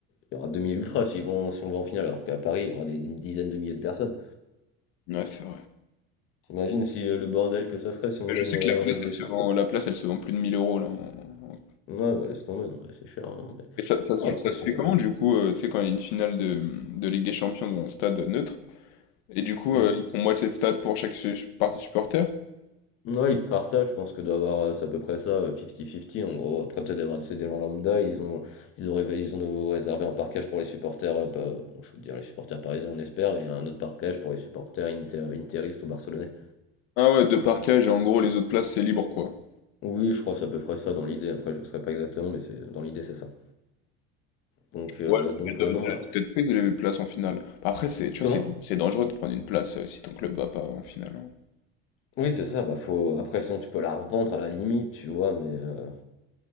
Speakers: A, on the left; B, on the left.
A: il y aura 2000 ultras s'ils vont, si on va en finale, alors qu'à Paris, il y aura des, dizaines de milliers de personnes.
B: gens. Ouais, c'est vrai.
A: T'imagines si euh, le bordel que ça serait si on
B: Mais
A: gagne
B: je sais
A: euh,
B: que la place,
A: la Ligue
B: elle
A: des
B: se
A: Champions?
B: vend, la place, elle se vend plus de 1000 euros, là. en- en-
A: Ouais, bah laisse tomber, non mais c'est cher, hein, mais-
B: Et ça, ça, se-
A: Non, après
B: ça se
A: c'est...
B: fait comment, du coup, euh, tu sais, quand il y a une finale de, de Ligue des Champions dans un stade neutre? Et du coup,
A: Hmm.
B: euh, ils font moitié de stade pour chaque su- partie supporter.
A: Ouais, ils partagent, je pense que doit avoir, euh, c'est à peu près ça, euh, 50-50 en gros. Après peut-être d'avoir c'est des gens lambda, ils ont, ils ont, révé- ils ont réservé un parquage pour les supporters, euh, pas- bon, je veux dire les supporters parisiens on espère, et un autre parquage pour les supporters inter- interistes ou barcelonais.
B: Ah ouais, deux parquages et en gros, les autres places, c'est libre, quoi.
A: Oui, je crois que c'est à peu près ça dans l'idée, après je ne saurais pas exactement, mais c'est dans l'idée c'est ça. Donc, euh,
B: Ouais,
A: donc
B: elles doivent
A: ouais, non...
B: déjà
A: euh,
B: toutes être prises, les places en finale. Bah, Après, c'est, tu vois,
A: Comment?
B: c'est c'est dangereux de prendre une place euh, si ton club va pas en finale. hein.
A: Oui, c'est ça, bah faut... Après sinon tu peux la revendre à la limite, tu vois, mais... euh,